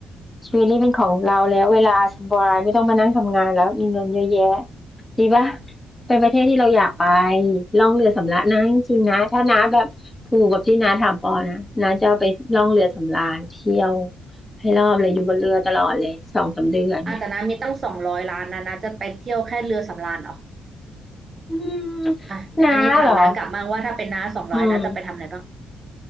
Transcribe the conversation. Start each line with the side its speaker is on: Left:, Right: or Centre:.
Left: ชีวิตนี้เป็นของเราแล้วเวลาสบายไม่ต้องมานั่งทำงานแล้วมีเงินเยอะแยะดีปะเป็นประเทศที่เราอยากไปล่องเรือสำราญนะจริงๆนะถ้าน้าแบบถูกแบบที่น้าถามปอนะน้าจะเอาไปล่องเรือสำราญเที่ยวให้รอบเลยอยู่บนเรือตลอดเลยสองสามเดือนเนี่ย
Right: อ่ะแต่นะมีตั้งสองร้อยล้านนะนะจะไปเที่ยวแค่เรือสำราญเหรอ
Left: อืม
Right: อ่ะเดี๋ยวอันนี้ถามน้ากลับมาว่าถ้าเป็นน้าสองร้อยนะจะไปทำอะไรบ้าง
Left: น้าเหรออืม